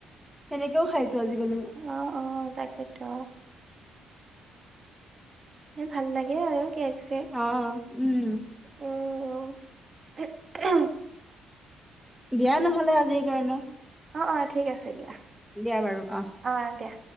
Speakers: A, in the centre; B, on the right.
A: সেনেকেও খাইছো আজিকালি
B: অ' অ' তাকেইেতো এ ভাল লাগে আৰু কি আছে
A: অ' উম
B: উম
A: দিয়া নহলে আজিৰ কাৰণে
B: অ' অ' ঠিক আছে দিয়া
A: দিয়া বাৰু অ'
B: অ' দিয়া